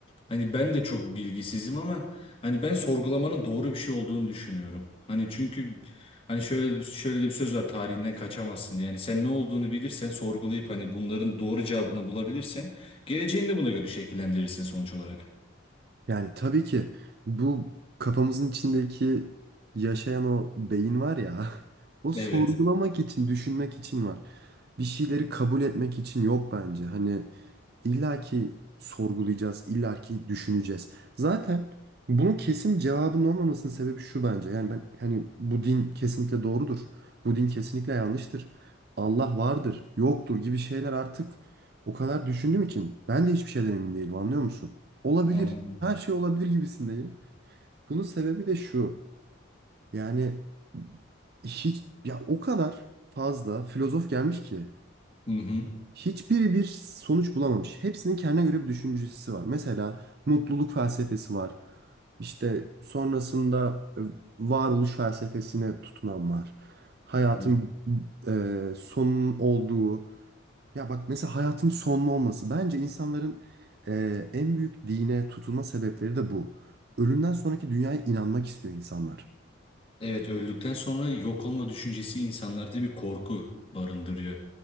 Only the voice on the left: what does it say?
hani ben de çok bilgisizim ama hani ben sorgulamanın doğru bir şey olduğunu düşünüyorum. Hani çünkü hani şöyle şöyle de bir söz var tarihinden kaçamazsın. Yani sen ne olduğunu bilirsen sorgulayıp hani bunların doğru cevabını bulabilirsen geleceğini de buna göre şekillendirirsin sonuç olarak.
Evet.
Anladım.
Hı hı.
Hı.
Evet öldükten sonra yok olma düşüncesi insanlarda bir korku barındırıyor.